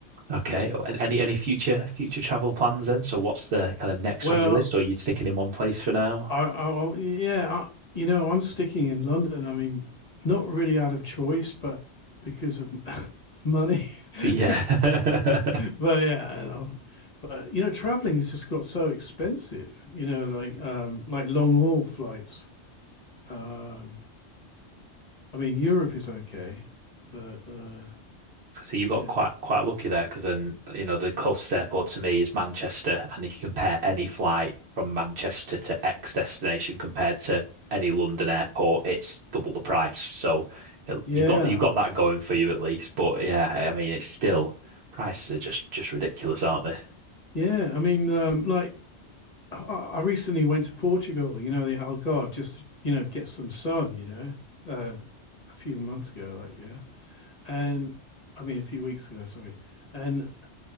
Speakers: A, on the right; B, on the left.
A: Okay. And any any future future travel plans then? So what's the kind of next
B: Well,
A: on your list, or are you sticking in one place for now?
B: I, I, I yeah, I, you know, I'm sticking in London. I mean, not really out of choice, but because of <laughs> money. <laughs>
A: Yeah. <laughs>
B: but yeah, I know. But you know, traveling has just got so expensive. You know, like um, like long haul flights. Um, I mean, Europe is okay, but uh,
A: So you got
B: yeah,
A: quite quite lucky there because then you know the closest airport to me is Manchester, and if you compare any flight from Manchester to X destination compared to any London airport, it's double the price. So you know,
B: yeah,
A: you've got you've got that going for you at least. But yeah, I mean it's still prices are just just ridiculous, aren't they?
B: yeah. I mean, um, like I recently went to Portugal, you know, the Algarve, just to, you know, get some sun, you know, uh, a few months ago, like, yeah. And I mean, a few weeks ago, sorry. And